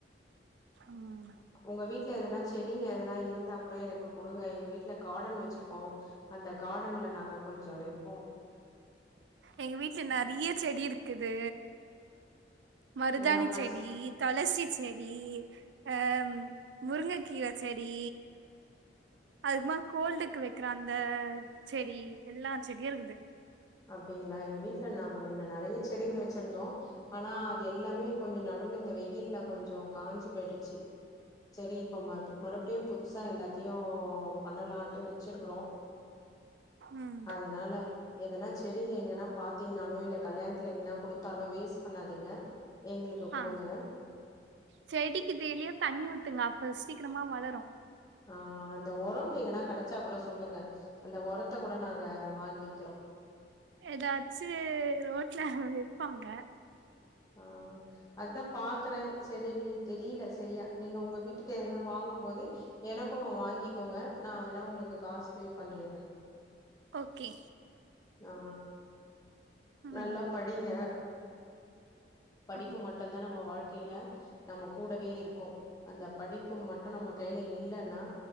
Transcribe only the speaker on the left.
உங்க வீட்டுல எதனா செடிங்க எதனா இருந்தா கூட எனக்கு குடுங்க எங்க வீட்ல கார்டன் வச்சிருக்கோ அந்த கார்டன்ல நாங்க கொஞ்சோ வப்போ
ஏன்னா ஃபஸ்
அப்டிங்களா எங்க வீட்ல மின்ன நாங்க நெறைய செடிங்க வச்சிருந்தோ ஆனா அது எல்லாமே கொஞ்சோ நடுவுல இந்த வெயில்ல கொஞ்சோ காஞ்சு போயிடுச்சு செரி இப்ப மத் மறுபடியு புதுசா எல்லாத்தையு பண்ணலாம்ட்டு வச்சிருக்கறோ
அதனால எதனா செடிங்க எங்கன்னா பாத் தீங்கனாலோ இல்ல கல்யாணத்துல எங்கனா குடுத்தாலோ வேஸ்ட் பண்ணாதீங்க எங்களுக்கு
குடுங்க
ஆ அந்த உரம் எங்கன்னா கிடைச்சா கூட சொல்லுங்க அந்த உரத்த கூட நாங்க வாங்கிக்கிறோ
ஆ அதுதா பாக்குற செரி தெரியல சரியா நீங்க உங்க வீட்டுக்கு எதனா வாங்கும் போது எனக்கும் வாங்கிக்கோங்க நா வேணா உங்களுக்கு காசு பே பண்ணிட்ற
நா
நல்லா படிங்க படிப்பு
மட்டுதா நம்ம வாழ்க்கையில நம்ம கூடவே இருக்கு அந்த படிப்பு மட் டு நம்ம கையில இல்லைன்னா